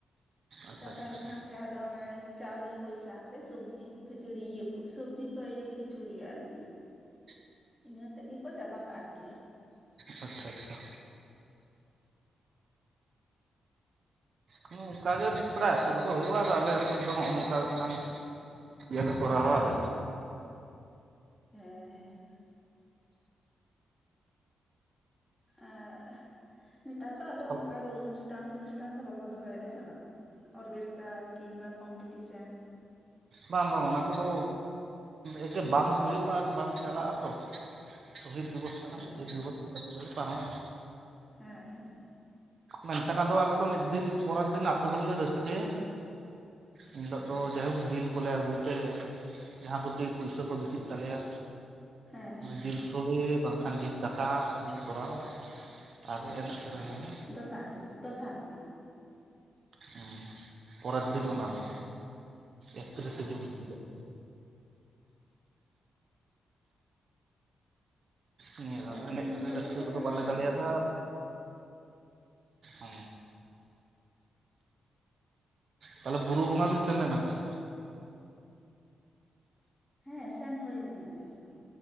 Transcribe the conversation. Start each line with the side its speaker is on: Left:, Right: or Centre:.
Right: ᱟᱪᱪᱷᱟ
Centre: ᱪᱟᱸᱫᱟ
Right: ᱟᱪᱪᱷᱟ
Centre: ᱞᱮᱠᱷᱟᱱ ᱜᱮ ᱫᱚ ᱚᱱᱮ ᱪᱟᱣᱞᱮ ᱯᱚᱭᱥᱟ ᱛᱮ ᱥᱚᱵᱽᱡᱤ ᱠᱷᱤᱪᱩᱲᱤ ᱤᱭᱟᱹ ᱥᱚᱵᱽᱡᱤ ᱠᱚ ᱤᱭᱟᱹ ᱠᱷᱤᱪᱩᱲᱤ ᱟᱨᱠᱤ
Right: <inaudible>
Centre: ᱤᱱᱟᱹᱛᱮᱫ ᱜᱮᱠᱚ ᱪᱟᱵᱟ ᱠᱟᱜᱼᱟ ᱟᱨᱠᱤ᱾
Right: ᱟᱪᱪᱷᱟ ᱟᱪᱪᱷᱟ ᱦᱮ ᱚᱱᱠᱟ ᱜᱮ ᱯᱨᱟᱭ ᱟᱹᱛᱩ ᱨᱮᱫᱚ ᱦᱩᱭᱩᱜᱼᱟ ᱟᱨ ᱟᱞᱮ ᱟ ᱟᱹᱛᱩ ᱨᱮᱫᱚ ᱱᱚᱜᱼᱚ ᱱᱚᱝᱠᱟ ᱢᱤᱫᱴᱟᱝ ᱜᱮᱞᱮ ᱠᱚᱚᱨᱣᱟ ᱟᱫᱚ᱾
Centre: ᱦᱮᱸ ᱦᱮᱸ ᱟᱨ ᱱᱮᱛᱟᱨ ᱫᱚ ᱟᱫᱚ
Right: ᱪᱮᱫ
Centre: ᱚᱱᱠᱟ ᱫᱚ ᱚᱱᱩᱥᱴᱷᱟᱱ ᱯᱷᱚᱱᱩᱥᱴᱷᱟᱱ ᱫᱚ ᱵᱟᱠᱚ ᱫᱚᱦᱚᱭᱮᱫᱟ ᱵᱟᱝ᱾ ᱚᱨᱜᱮᱥᱴᱟᱨ ᱠᱤᱢᱵᱟ ᱠᱚᱢᱯᱤᱴᱤᱥᱮᱱ
Right: ᱵᱟᱝ ᱵᱟᱝ ᱚᱱᱟ ᱠᱚᱫᱚ ᱮᱠᱮ ᱵᱟᱝ ᱦᱩᱭᱩᱜᱼᱟ ᱟᱨ ᱵᱟᱝ ᱪᱟᱞᱟᱜ ᱟᱛᱚ ᱥᱚᱦᱤᱫ ᱫᱤᱵᱚᱥ ᱠᱟᱱᱟ
Centre: ᱦᱮᱸ
Right: ᱥᱚᱦᱤᱫ ᱫᱤᱵᱚᱥ ᱛᱮᱜᱮᱞᱮ ᱯᱟᱨᱚᱢᱟ᱾
Centre: ᱦᱮᱸ ᱦᱮᱸ
Right: ᱢᱮᱱᱠᱷᱟᱱ ᱟᱫᱚ ᱟᱞᱮ ᱫᱚ ᱢᱤᱫ ᱫᱤᱱ ᱯᱚᱨᱮᱨ ᱫᱤᱱ ᱟᱹᱛᱩ ᱦᱚᱲᱞᱮ ᱨᱟᱹᱥᱠᱟᱹᱭᱟ ᱮᱱᱦᱤᱞᱳᱜ ᱫᱚ ᱡᱟᱭᱦᱳᱠ ᱡᱤᱞ ᱠᱚᱞᱮ ᱟᱹᱜᱩᱭ ᱛᱮ, ᱡᱟᱦᱟᱸ ᱠᱚᱴᱤ ᱯᱩᱭᱥᱟᱹ ᱠᱚ ᱵᱮᱥᱤᱜ ᱛᱟᱞᱮᱭᱟ
Centre: ᱦᱮᱸ ᱦᱮᱸ
Right: ᱡᱤᱞ ᱥᱳᱲᱮ ᱵᱟᱝᱠᱷᱟᱱ ᱡᱤᱞ ᱫᱟᱠᱟ ᱞᱮ ᱠᱚᱨᱟᱣᱟ ᱟᱨ ᱮᱱᱮᱡ ᱥᱮᱨᱮᱧ
Centre: ᱚ
Right: ᱟᱞᱮ
Centre: ᱫᱚᱥᱟᱨ ᱫᱚᱥᱟᱨ ᱫᱤᱱ
Right: ᱦᱮᱸ ᱯᱚᱨᱮᱨ ᱫᱤᱱ ᱚᱱᱟ ᱫᱚ ᱮᱠᱛᱨᱤᱥᱮ
Centre: ᱚ
Right: ᱡᱩᱱ ᱦᱤᱞᱳᱜ ᱱᱤᱭᱟᱹ
Centre: ᱟᱞᱮ
Right: ᱫᱷᱟᱣ ᱫᱚ ᱮᱱᱮᱡ
Centre: ᱮᱱᱦᱤᱞᱳᱜ
Right: ᱥᱮᱨᱮᱧ ᱨᱟᱹᱥᱠᱟᱹ
Centre: ᱜᱮᱠᱚ
Right: ᱠᱚᱫᱚ
Centre: ᱥᱮᱥᱟ
Right: ᱵᱟᱞᱮ ᱫᱟᱲᱮᱭᱟᱫᱟ
Centre: ᱥᱮᱥ ᱫᱚ
Right: ᱚ ᱛᱟᱦᱚᱞᱮ ᱵᱩᱨᱩ ᱵᱚᱸᱜᱟ ᱵᱤᱱ ᱥᱮᱱ ᱞᱮᱱᱟ ᱵᱟᱝ?
Centre: ᱦᱮᱸ ᱥᱮᱱ ᱦᱩᱭ ᱞᱮᱱᱟ ᱱᱮᱥ ᱫᱚ